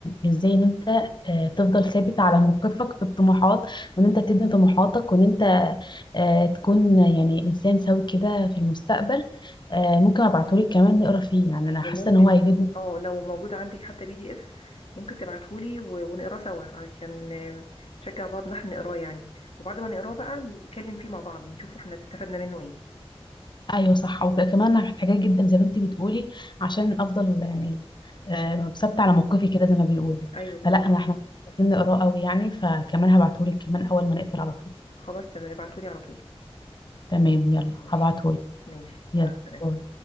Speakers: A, on the left (about 45°); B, on the left (about 65°).
A: إزاي إن أنت آه تفضل ثابت على موقفك في الطموحات وإن أنت تبني طموحاتك وإن أنت آه تكون يعني إنسان سوي كده في المستقبل آه ممكن أبعتهولك كمان نقرا فيه يعني أنا حاسة
B: والله
A: إن هو
B: يا ريت
A: هيفيدنا
B: اه لو موجود عندك حتى بي دي اف ممكن تبعتهولي و- ونقراه سوا عشان آه، نشجع بعض ان احنا نقراه يعني وبعد ما نقراه بقى نتكلم فيه مع بعض نشوف احنا استفدنا منه ايه
A: ايوه صح وكمان انا محتاجاه جدا زي ما انت بتقولي عشان افضل يعني آه، ثابته على موقفي كده زي ما بيقولوا
B: ايوه بالظبط
A: فلا انا احنا محتاجين نقراه قوي يعني فكمان هبعتهولك كمان اول ما نقفل على طول
B: خلاص تمام ابعتهولي على طول
A: تمام يلا
B: ماشي
A: هبعتهولك
B: ماشي
A: يلا
B: مع السلامه
A: باي.